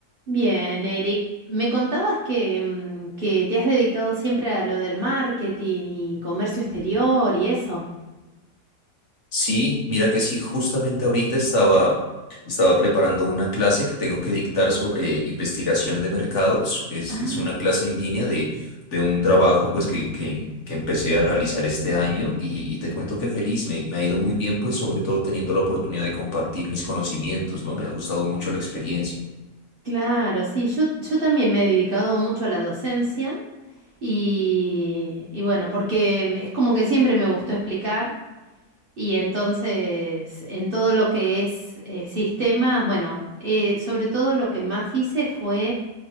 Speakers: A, on the right; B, on the left.
A: Bien, Eric, me contabas que, mm, que te has dedicado siempre a lo del marketing y comercio exterior y eso.
B: Sí, mira que sí, justamente ahorita estaba, estaba preparando una clase que tengo que dictar sobre investigación de mercados. Es,
A: Ah,
B: es una clase en línea de, de un trabajo pues que, que, que empecé a realizar este año y, y te cuento que feliz, me, me ha ido muy bien pues sobre todo teniendo la oportunidad de compartir mis conocimientos, ¿no? Me ha gustado mucho la experiencia.
A: claro, sí, yo, yo también me he dedicado mucho a la docencia y, y bueno, porque mm, es como que siempre me gustó explicar y entonces en todo lo que es eh, sistemas, bueno, eh, sobre todo lo que más hice fue